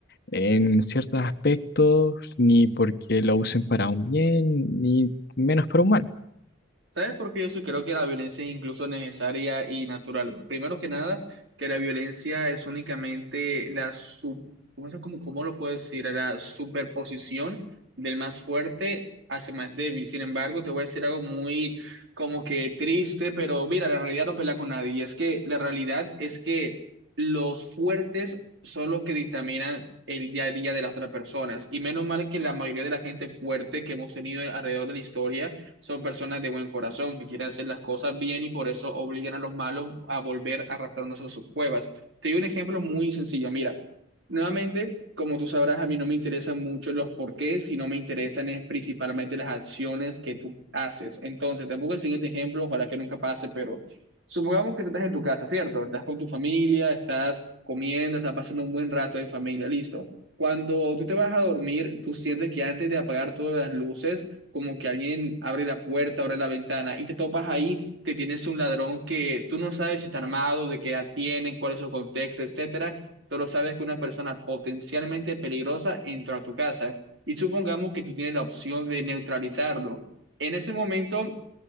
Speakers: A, on the left (about 55°); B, on the right (about 65°).
A: en ciertos aspectos, ni porque lo usen para un bien, ni menos para un mal.
B: ¿Sabes por qué yo sí creo que la violencia es incluso necesaria y natural? Primero que nada, que la violencia es únicamente la su- ¿cómo, se- cómo- cómo lo puedo decir? La superposición del más fuerte hacia el más débil. Sin embargo, te voy a decir algo muy como que triste, pero mira, la realidad no pelea con nadie. Y es que la realidad es que los fuertes son los que dictaminan el día a día de las otras personas. Y menos mal que la mayoría de la gente fuerte que hemos tenido alrededor de la historia son personas de buen corazón, que quieren hacer las cosas bien y por eso obligan a los malos a volver a arrastrarnos a sus cuevas. Te doy un ejemplo muy sencillo. Mira, nuevamente, como tú sabrás, a mí no me interesan mucho los porqués, sino me interesan es principalmente las acciones que tú haces. Entonces, tampoco el siguiente ejemplo, ojalá que nunca pase, pero supongamos que tú estás en tu casa, ¿cierto? Estás con tu familia, estás comiendo, estás pasando un buen rato en familia, listo. Cuando tú te vas a dormir, tú sientes que antes de apagar todas las luces, como que alguien abre la puerta, abre la ventana y te topas ahí que tienes un ladrón que tú no sabes si está armado, de qué edad tiene, cuál es su contexto, etcétera. Solo sabes que una persona potencialmente peligrosa entró a tu casa y supongamos que tú tienes la opción de neutralizarlo. En ese momento,